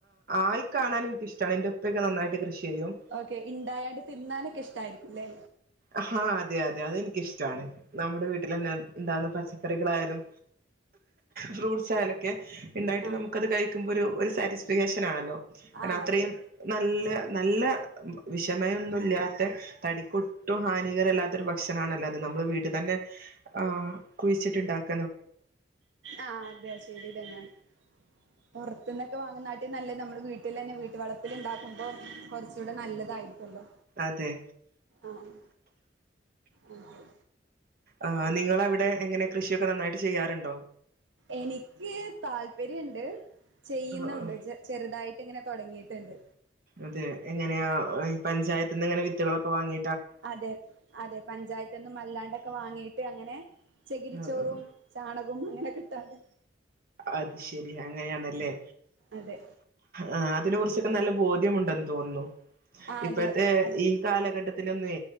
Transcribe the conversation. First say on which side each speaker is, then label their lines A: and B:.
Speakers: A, on the right; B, on the right.
A: ആയി കാണാനിനക്ക്ഷ്ടാണ് ഇന്റെ ഉപ്പയൊക്കെ നന്നായിട്ട് കൃഷിചെയ്യും
B: ഓക്കെ ഇണ്ടായാണ്ട് തിന്നാനൊക്കെ ഇഷ്ടായിരിക്കുംല്ലേ?
A: ആഹ് അതെയതെ അതെനിക്കിഷ്ട ട്ടാണ് നമ്മുടെ വീട്ടിലെന്നെ ഇണ്ടാവുന്ന പച്ചക്കറികളായാലും ഫ്രൂട്ട്സായാലൊക്കെ ഇണ്ടായിട്ട്
B: ആഹ്
A: നമുക്കത് കഴിക്കുമ്പോ ഒരു ഒരു സാറ്റിസ്ഫക്ഷനാണല്ലോ കാരണം
B: ആഹ്
A: അത്രയും
B: അതെ
A: നല്ല നല്ല വിഷമയൊന്നുല്ല്യാത്തെ തടിക്കൊട്ടും ഹാനികരമല്ലാത്തൊരു ഭക്ഷണണല്ലോ അത് നമ്മുടെ വീട്ടിതന്നെ ആഹ് കുഴിച്ചിട്ടുണ്ടാക്ക
B: ആഹ് അതെ ശെരിതന്നെയാണ് പൊറത്തുന്നൊക്കെ വാങ്ങുന്നാട്ടി നല്ലത് നമ്മുടെ വീട്ടിലെന്നെ വീട്ട് വളപ്പില്ണ്ടാക്കുമ്പോ കൊറച്ച് കൂടെ നല്ലതായിരിക്കല്ലോ
A: അതെ
B: ആഹ് ആഹ് അതെ
A: ആ്ഹ് നിങ്ങളവിടെ എങ്ങനെ കൃഷിയൊക്കെ നന്നായിട്ട് ചെയ്യാറുണ്ടോ?
B: എനിക്ക് താല്പര്യയ്ണ്ട് ചെയ്യുന്നുണ്ട്
A: ആ ആ
B: ചെ ചെറുതായിട്ട്ങ്ങനെ തൊടങ്ങിയിട്ടുണ്ട്
A: അതെ എങ്ങനെയ പഞ്ചായത്ത്ന്നങ്ങനെ വിത്തുകളൊക്കെ വാങ്ങി
B: അതെ അതെ പഞ്ചായത്ത്ന്നും അല്ലാണ്ടൊക്കെ വാങ്ങീയിട്ടങ്ങനെ ചെകിരിച്ചോറും
A: ആ ആ
B: ചാണകും അങ്ങനെക്ക ഇട്ടാണ്ട്
A: അത് ശെരി അങ്ങനെയാണല്ലേ?
B: അതെ
A: ആ അതിനെ
B: അങ്ങനെ
A: കുറിച്ചൊക്കെ നല്ല
B: അങ്ങനെ
A: ബോധ്യമുണ്ടെന്ന് തോന്നുന്നു
B: ആഹ്
A: ഇപ്പഴത്തെ
B: അതെ അതെ
A: ഈ കാലഘട്ടത്തിലൊന്നെ